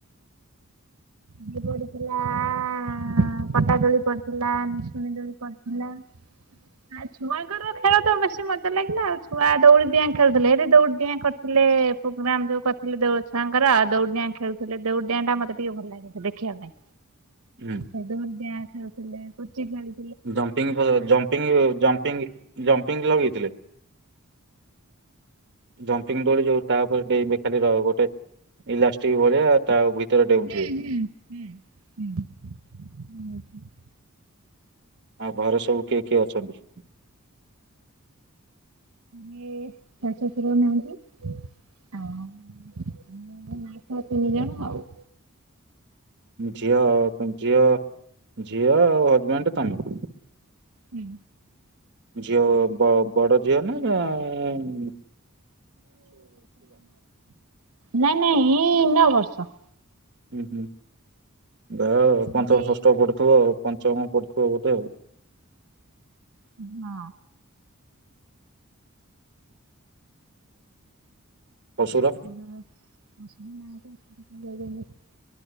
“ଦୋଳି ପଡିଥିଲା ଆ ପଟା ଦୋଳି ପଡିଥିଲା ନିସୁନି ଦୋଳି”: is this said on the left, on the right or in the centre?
Right